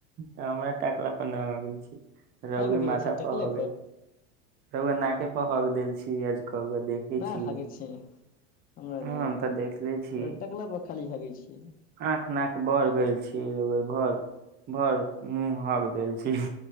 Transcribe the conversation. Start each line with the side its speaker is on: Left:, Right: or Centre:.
Right: हमरा टाकला पर न अगै छै रहुुए
Left: हक देबै
Right: माथा
Left: छै टकले
Right: पर हग रहुु नाक पर हक देल छी आज क देखे
Left: न
Right: छी
Left: हगै
Right: ह
Left: छै हमरा देह
Right: हम तऽ देखले छी
Left: टकला पर खाली हगै छै
Right: आँख नाक बर गेल छीियै बेर भर भर मुँह हक देल छी